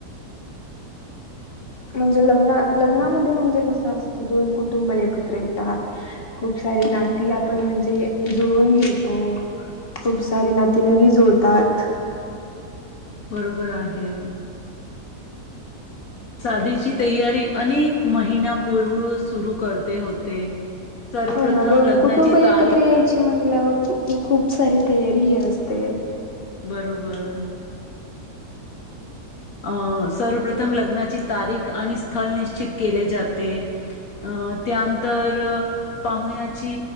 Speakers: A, on the left; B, on the left.
A: म्हणजे लग्ना लग्नामध्ये म्हणजे कसं असतं. दोन कुटुंब एकत्र येतात. खूप सारी नाती आपण म्हणजे जुळून घेतो. खूप सारी नाती नवी जुळतात.
B: बरोबर आहे शादीची तयारी अनेक महिन्यापूर्व सुरू करते होते. सर्वप्रथम
A: हो ना दोन
B: लग्नाची
A: कुटुंब एकत्र
B: तारीख
A: यायची म्हणल्यावर खूप सारी तयारी ही असते. ते
B: बरोबर अं सर्वप्रथम लग्नाची तारीख आणि स्थल निश्चित केले जाते. अ यानंतर पाहुण्याची